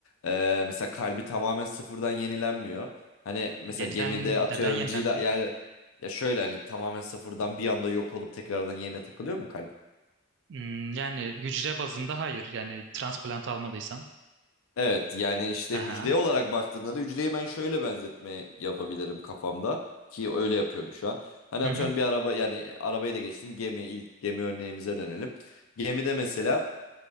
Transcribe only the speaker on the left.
e, mesela kalbi tamamen sıfırdan yenilenmiyor. Hani mesela
gemide atıyorum
cila yani ya şöyle hani tamamen sıfırdan bir anda yok olup tekrardan yerine takılıyor mu kalp?
Evet yani işte
hücre olarak baktığında da hücreyi ben şöyle benzetme yapabilirim kafamda ki öyle yapıyorum şu an. Hani
atıyorum
bir araba yani arabayı da geçtim gemi ilk gemi örneğimize dönelim. Gemide mesela